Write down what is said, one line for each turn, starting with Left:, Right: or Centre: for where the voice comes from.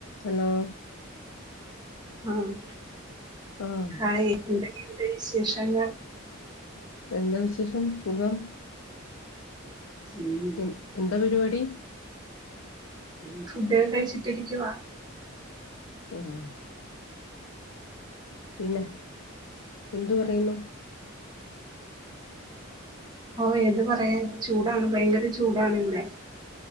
Left: Hello
Right: ആഹ്
Left: ആഹ്
Right: hi എന്തൊക്കെണ്ട് വിശേഷങ്ങൾ
Left: എന്താ വിശേഷം സുഖം
Right: ഉം
Left: എ എന്താ പരിപാടി?
Right: പി ഫുഡൊക്കെ കഴിച്ചിട്ടിരിക്കുവാ
Left: ആഹ് പിന്നെ എന്ത്‌ പറയുന്നു.
Right: ഓ എന്തു പറയാൻ. ചൂടാണ് ഭയങ്കര ചൂടാണ് ഇവിടെ